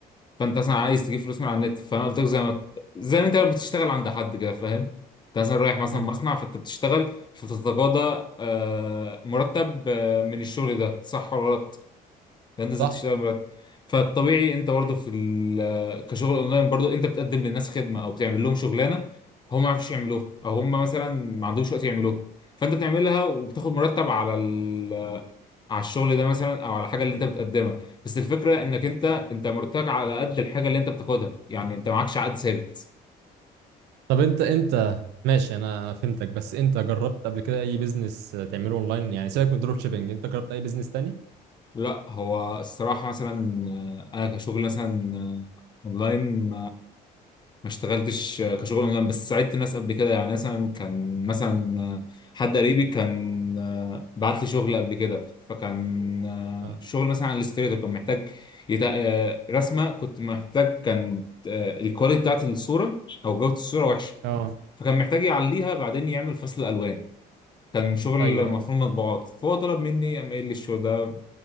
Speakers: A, on the left (about 25°); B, on the right (about 85°).
A: فانت مثلا عايز تجيب فلوس من على النت فانا قلت لك زي ما زي ما انت بتشتغل عند حد كده فاهم انت مثلا رايح مثلا
B: مم.
A: مصنع فانت بتشتغل فبتتقاضى آه، مرتب آه، من الشغل ده صح ولا غلط لا نزلت
B: صح
A: تشتغل مرتب فالطبيعي انت برضه في ال- كشغل اونلاين برضه انت بتقدم للناس خدمه او بتعمل لهم شغلانه هم ما يعرفوش يعملوها او هم مثلا ما عندهمش وقت يعملوها فانت بتعملها وبتاخد مرتب على ال... على الشغل ده مثلا او على الحاجه اللي انت بتقدمها بس الفكره انك انت انت مرتاح على قد الحاجه اللي انت بتاخدها يعني انت معكش عقد ثابت
B: طب انت انت ماشي انا فهمتك بس انت جربت قبل كده اي بيزنس تعمله اونلاين يعني سيبك من الدروب شيبينج انت جربت اي بيزنس تاني
A: لا هو الصراحه مثلا آه، انا كشغل مثلا آه، اونلاين ما اشتغلتش كشغل اونلاين بس ساعدت ناس قبل كده يعني مثلا كان مثلا حد قريبي كان بعت لي شغل قبل كده فكان
B: اه
A: شغل مثلا على الاستريتور كان محتاج يتا... رسمه كنت محتاج كان الكواليتي بتاعت الصوره او جوده الصوره وحشه
B: اه
A: فكان محتاج يعليها بعدين يعمل فصل الوان كان شغل
B: ايوه
A: مفروض مطبوعات فهو طلب مني اعمل لي الشغل ده